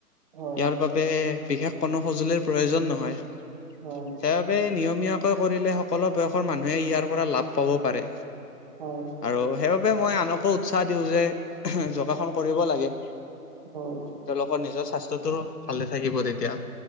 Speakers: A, on the right; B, on the left.
A: হয়
B: ইয়াৰ বাবে বিশেষ কোনো সঁজুলিৰ প্ৰয়োজন নহয়।
A: হয়,
B: সেইবাবে নিয়মীয়াকৈ কৰিলে সকলো বয়সৰ মানুহে ইয়াৰ পৰা লাভ পাব পাৰে।
A: হয়,
B: আৰু সেইবাবে মই আনকো উৎসাহ দিওঁ যে যোগাসন কৰিব লাগে।
A: হয়,
B: তেওঁলোকৰ নিজৰ স্বাস্থ্যটোৰ ভালে থাকিব তেতিয়া।